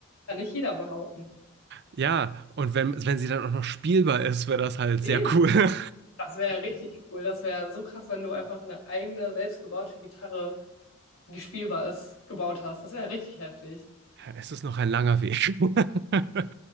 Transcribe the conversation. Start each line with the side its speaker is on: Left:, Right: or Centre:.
Left: Kann nicht jeder behaupten.
Right: Ja, und wenn, wenn sie dann auch noch spielbar ist, wäre das halt
Left: Eben.
Right: sehr cool. <laughs>
Left: Das wäre richtig cool. Das wäre so krass, wenn du einfach eine eigene selbstgebaute Gitarre, die spielbar ist, gebaut hast. Das wäre richtig heftig.
Right: Es ist noch ein langer Weg. <laughs>